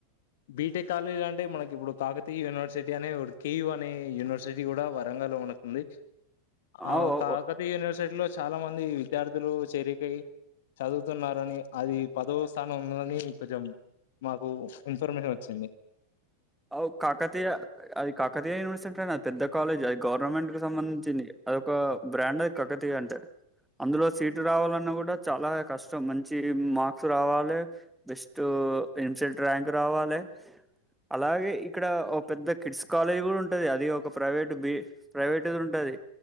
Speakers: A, on the left (about 55°); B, in the centre.
A: బీటెక్ కాలేజీ అంటే మనకి ఇప్పుడు కాకతీయ యూనివర్సిటీ అనే ఒకటి కె యూ అనే యూనివర్సిటీ కూడా వరంగల్లో మనకు ఉంది.
B: అవ్
A: ఆవు,
B: అవ్
A: కాకతీయ
B: ఓ
A: యూనివర్సిటీలో చాలా మంద్ ది విద్యార్థులు చేరికై చదువుతున్నారని, అది పదో స్థానం ఉన్నదని కొంచెం మాకు ఇన్ఫర్మేషన్ వచ్చింది.
B: అవు కాకతీయ, అది కాకతీయ యనివర్సెట్లనే అద్ పెద్ద కాలేజయిత్ గవర్నమెంట్ కు సంబంధించింది. అదొక బ్రాండ్ అది కకతీయంటే. అందులో సీటు రావాలన్న కూడ చాలా కష్టం, మంచి మార్క్స్ రావాలే, బెస్ట్ ఎంసెట్ ర్యాంక్ రావాలె. అలాగే ఇక్కడ ఒ పెద్ద కిడ్స్ కాలేజ్ గూడుంటది. అది ఒక ప్రైవేటు బి ప్రైవేట్దుంటది,